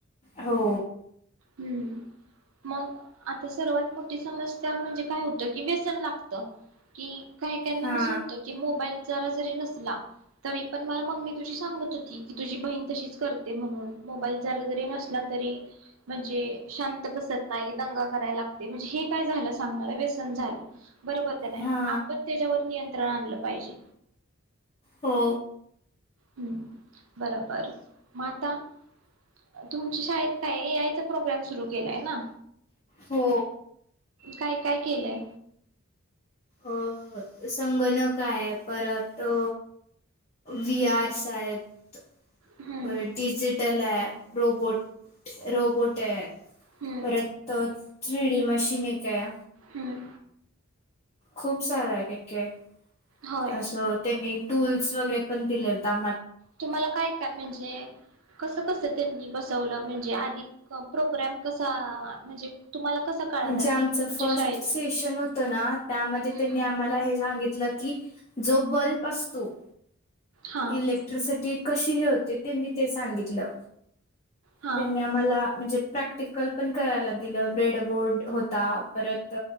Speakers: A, on the left; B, on the right.
A: हो
B: हम् मग आता सर्वात मोठी समस्या म्हणजे काय होतं की व्यसन लागत कि काही काहीना
A: हा
B: कसं होतं कि मोबाईल जरा जरी नसला तरी पण मला मम्मी तुझी सांगत होती की तुझी बहीण तशीच करते म्हणून मोबाईल जरा जरी नसला तरी म्हणजे शांत बसत नाही दंगा करायला लागते म्हणजे हे काय झालं सांग मला व्यसन झालं बरोबर का नाही
A: हा
B: आपण त्याच्यावर नियंत्रण आणलं पाहिजे.
A: हो
B: हम् बरोबर मग आता तुमच्या शाळेत काय ए आयचा प्रोग्राम सुरू केलाय ना
A: हो
B: काय काय केलंय.
A: अ संगणक आहे परत अ वी आरस आहेत.
B: हम्म
A: परत डीजिटल आहे. रोबोट रोबोट आहे
B: हम्म.
A: परतच रिडी मशीन एक आहे
B: हम्म
A: खूप सारा आहे केके खु
B: होय
A: असं त्यांनी टूल्स वगैरे पण दिले होता
B: तुम्हाला काय काय म्हणजे कसं कसं त्यांनी बसवलं म्हणजे आधी प्रोग्राम कसा म्हणजे तुम्हाला कसा कळाला
A: जे आमचं
B: की तुमच्या
A: फर्स्ट
B: शाळेत
A: सेशन होत ना त्यामध्ये
B: हम्म
A: त्यांनी आम्हाला हे सांगित न की जो बल्ब असतो
B: हा
A: इलेक्ट्रिसिटी कशी हे होते त्यांनी ते सांगितलं
B: हा
A: त्यांनी आम्हाला म्हणजे प्रॅक्टिकल पण करायला दिलं बेडबोर्ड होता परत